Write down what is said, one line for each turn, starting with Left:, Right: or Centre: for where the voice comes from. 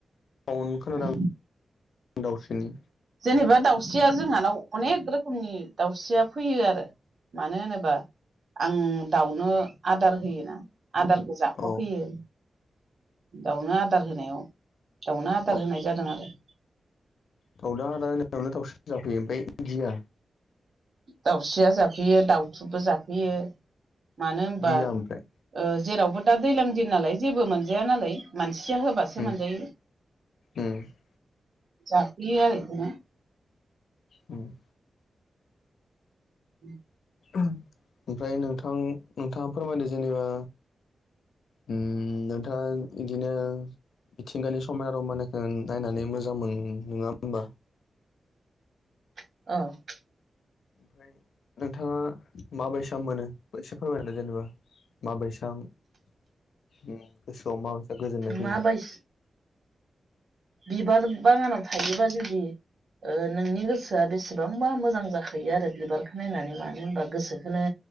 Left: वन खोनादां।
Right: उम
Left: दावउस्रिनि
Right: जेनेबा दाउस्रिया जोंहानाव अनेक रोखोमनि दाउस्रिया फैयो आरो। मानो होनोबा आं दाउनो आदार होयोना। आदारखौ जाफाफैयो।
Left: औ
Right: दाउनो आदार होनायाव दाउनो आदार
Left: औ
Right: होनाय जादों आरो।
Left: दाउनो आदार होनायावनो दाउस्रिया जाफैयो ओमफाय गिया?
Right: दाउस्रिया जाफैयो दाउथुबो जाफैयो मानो होमबा
Left: गिया
Right: ओ
Left: ओमफ्राय
Right: जेरावबो दा दैलां दिन नालाय जेबो मोनजाया नालाय। मानसिया होबासो
Left: उम
Right: मोनजायो
Left: उम
Right: जाफैयो आरो इदिनो।
Left: हुम।
Right: उम।
Left: ओमफ्राय नोंथां नोंथाङा फोरमायदो जेनेबा उम नोंथां इदिनो मिथिंगानि समायना रमायनाखो नायनानै मोजां मोन नोङा होमबा?
Right: अ'।
Left: ओमफ्राय नोंथाङा माबायसा मोनो एसे फोरमायदों जेनेबा माबैसाम उम गोसोआव माबैसा गोजोननाय
Right: माबायस
Left: फैयो?
Right: बिबार बागानाव थायोबा जुदि ओ नोंनि गोसोआ बेसेबांबा मोजां जाखायो आरो बिबारखो नायनानै मानो होमबा गोसोखोनो